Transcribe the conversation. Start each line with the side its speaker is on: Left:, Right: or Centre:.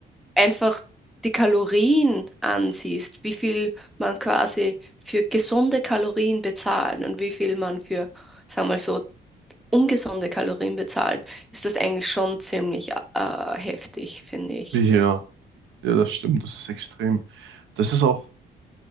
Centre: einfach die Kalorien ansiehst, wie viel man quasi für gesunde Kalorien bezahlt und wie viel man für, sagen wir mal so, ungesunde Kalorien bezahlt, ist das eigentlich schon ziemlich äh, heftig, finde ich.
Right: Wie hier. Ja, ja, das stimmt, das ist extrem. Das ist auch,